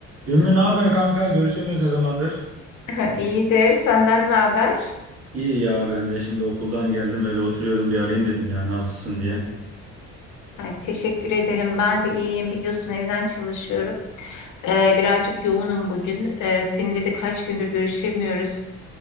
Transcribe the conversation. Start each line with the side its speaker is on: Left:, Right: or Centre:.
Right: Ümmü ne haber kanka? Görüşemiyoruz ne zamandır?
Left: <laughs> İyidir. Senden ne haber?
Right: İyi ya ben de şimdi okuldan geldim öyle oturuyordum bir arayayım dedim ya nasılsın diye.
Left: Ay, teşekkür ederim. Ben de iyiyim. Biliyorsun evden çalışıyorum. Ee, birazcık yoğunum bugün. Ee, seninle de kaç gündür görüşemiyoruz.